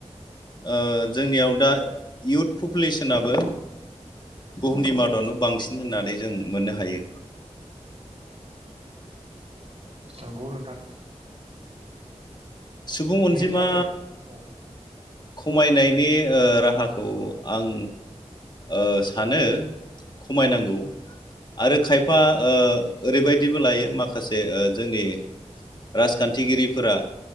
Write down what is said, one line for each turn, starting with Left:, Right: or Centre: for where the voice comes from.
Left: ओ जोंनियाव दा इुथ पपुलेसनाबो बुहुमनि मादावनो बांसिन होननानै जों मोननो हायो
Right: नंगौ नोंथां
Left: सुबुं अनजिमा
Right: बेयो जाबाय औ
Left: खमायनायनि ओ राहाखौ आं ओ सानो खमायनांगौ आरो खायफा ओरैबायदिबो लायो माखासे जोंनि राजखान्थिगिरिफोरा